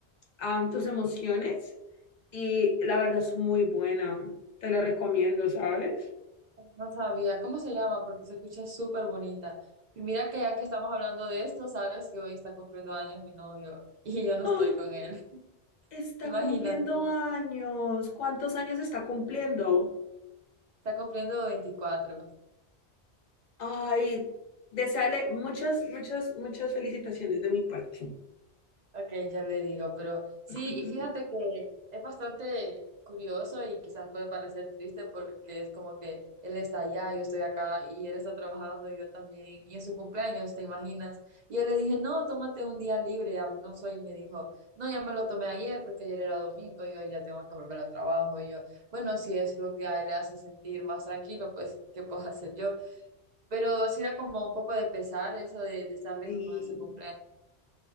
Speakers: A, on the left; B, on the right.
A: am, tus emociones y la verdad es muy buena, te la recomiendo, ¿sabes?
B: No sabía cómo se llama porque se escucha súper bonita. Y mira que ya que estamos hablando de esto, sabes que hoy está cumpliendo años mi novio y yo no
A: ¡Ah!
B: estoy con él. <laughs>
A: Está
B: Imagínate,
A: cumpliendo años, ¿cuántos años está cumpliendo?
B: está cumpliendo veinticuatro
A: Ay, desearle muchas, muchas, muchas felicitaciones de mi parte.
B: Ok, ya le digo, pero sí,
A: <laughs>
B: y fíjate que es bastante curioso y quizás puede parecer triste porque es como que él está allá, yo estoy acá y él está trabajando, yo también, y en su cumpleaños, ¿te imaginas? Y yo le dije, no, tómate un día libre, al menos hoy, y me dijo, no, ya me lo tomé ayer porque ayer era domingo y hoy ya tengo que volver al trabajo, y yo, bueno, si es lo que a él le hace sentir más tranquilo, pues, ¿qué puedo <laughs> hacer yo? Pero sí da como un poco de pesar eso de, de estar lejos,
A: Sí,
B: ¿no? De su cumpleaños.